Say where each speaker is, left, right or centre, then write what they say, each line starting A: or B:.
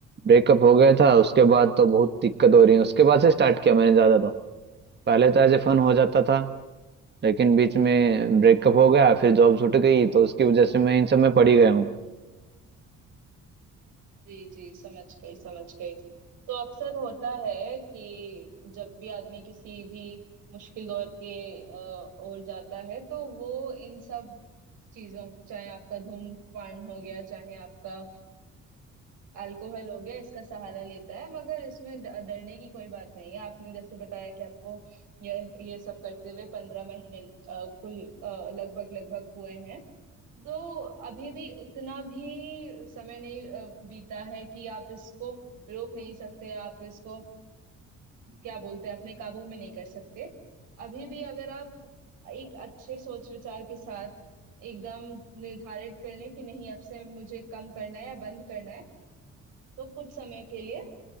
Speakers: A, on the right (about 35°); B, on the right (about 80°).
A: ब्रेकअप हो गया था उसके बाद तो बहुत दिक्कत हो रही है उसके बाद से स्टार्ट किया मैंने ज्यादा तो पहले तो एज ए फन हो जाता था लेकिन बीच में ब्रेकअप हो गया फिर जॉब छूट गई तो उसकी वजह से मैं इन सब में पड़ी गया हूँ
B: जी जी समझ गई समझ गई तो अक्सर होता है कि जब भी आदमी किसी भी मुश्किल दौर के अ, ओर जाता है तो वो इन सब चीजों को चाहे आपका धूम्रपान हो गया चाहे आपका अल्कोहल हो गया इसका सहारा लेता है मगर इसमें ड- डरने की कोई बात नहीं है आपने जैसे बताया कि आपको ये ये सब करते हुए पंद्रह महीने अ, कुल अ, लगभग लगभग हुए हैं तो अभी भी उतना भी समय नहीं अ, बीता है कि आप इसको रोक नहीं सकते आप इसको आ, क्या बोलते हैं अपने काबू में नहीं कर सकते अभी भी अगर आप एक अच्छे सोच विचार के साथ एकदम निर्धारित कर लें कि नहीं अब से मुझे कम करना है या बंद करना है तो कुछ समय के लिए